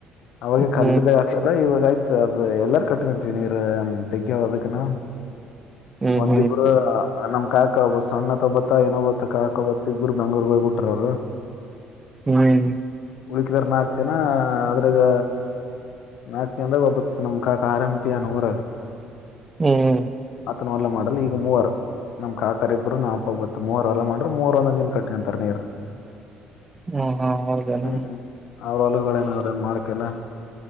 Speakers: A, on the left; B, on the right.
A: ಅವಾಗ
B: ಹ್ಮ್
A: ಕಲ್ತಿದ್ದ ಆಕ್ಸಲ ಇ ಇಾಗ ಆಯ್ತ ಅದು ಎಲ್ಲಾರ ಕಟ್ಕೊಂತೀವಿ ನೀರ ಜಗ್ದಕನಾ
B: ಹ್ಮ್
A: ಒಂದಿಬ್ರು
B: ಹ್ಮ್
A: ನಮ್ ಕಾಯಕಬ ಸಣ್ಣತ್ ಒೋಗಬತಾ ಏನಬ ಕಾಯಕ್ಬತ್ತ ಇಬ್ಬರು ಬೆಂಗ್ೂರಿಗೆ ಹೋಗಿಬಊಟ್ಟ ಬ <inaudible>
B: ಹ್ಮ್ ಹ್ಮ್
A: ಉಳಕಿದಾರ ನಾಲ್ಕು ಜನ ಅದ್ರಾಗ ನಾಕು ಜಂದಾಗ ಒಬ್ಬತ್ ನಮ ಕಾಕ ಆರಂಪಿಯ ನೂರಾಗ
B: ಹ್ಮ್
A: ಹ ಮಾಡ ಈಗ ಮೂವರು ನಮ್ ಕಾಕಾರಿ ಇಬ್ಬರು ನಾಪಬ ಮ ಮೂರ್ ಎಲ್ಲ ಮಾಡ್ರೆ ಮೂರ್ ಒಂದ ದಿನ ಕಟ್ಟಿಂತರ್ ನೀರ್
B: ಹು ಹು ಹೌದೇನೋ
A: ಹ್ಞೂ ಅವ್ರ
B: <unintelligible>
A: ಹೊಲಗಳೇನ ಅವ್ರೇನ್ ಮಾಡ್ಕಲ್ಲ